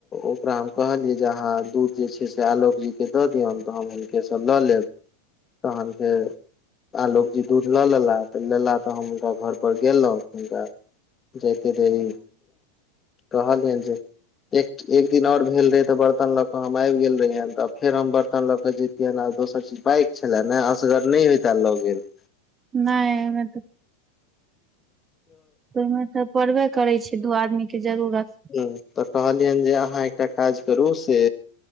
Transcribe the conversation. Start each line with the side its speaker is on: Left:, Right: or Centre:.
Left: ओकरा हम कहलियै जे अहााँ दूध जे छै से आलो क जी के दऽ दियौन तऽ हम हुनकेसँ लऽ लेब तहन फेर आलोक जी दूध लऽ लेला तऽ लेला तऽ हम हुनका घर परर गेलौं हुनका जयते देरी कहलियन जे एक एक दिन आओर भेल रहै तऽ बर्तन ल के हम आबि गेल रहियैन तब फेर हम बर्तन लऽ के जैतियनि आ दोसर चीज बाइक छले ने असगर नय होइते लऽ गेल
Right: नय ओमे तऽ ओइमे तऽ परबे करै छी दू आदमी के जरूरत
Left: हूं तऽ कहलियनि जे अहाँ एकटा काज करू से